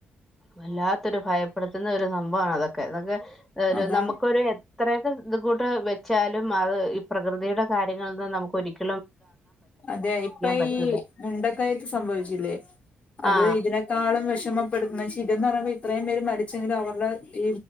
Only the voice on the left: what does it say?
അതാ
അതെ ഇപ്പ
ഈ മുണ്ടക്കായിത്ത് സംഭവിച്ചില്ലേ. അത്
ഇതിനേ ഇട്ടാളും വിഷമപ്പെടുത്തുന്നത് ശിതംന്ന് പറയുമ്പോ ഇത്രയും പേര് മരിച്ചെങ്കും അവരുടെ ഈ